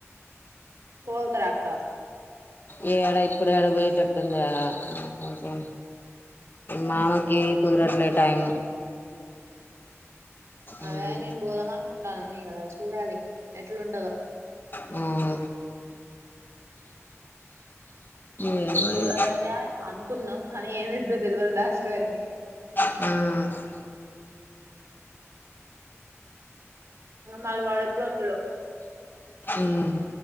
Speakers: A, on the right; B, on the left.
A: పోత రా అక్క
B: ఈ ఏడ ఇప్పుడు ఏడ పోయేటట్టుందా హుహు మామ ఈ కుదరట్లే టైం
A: అదే
B: మ్మ్
A: మేము పోదాం అనుకుంటానుం ఈయాల చూడాలి. ఎట్లుంటదో
B: హూ ఏమో
A: పోదామైతే
B: ఇగ
A: అనుకున్నాం కానీ ఏమిద్దో తెలివదు లాస్ట్ వారికి
B: హూ
A: మళ్ల వాడు ఎప్పుడు వో త్తడో
B: ఉమ్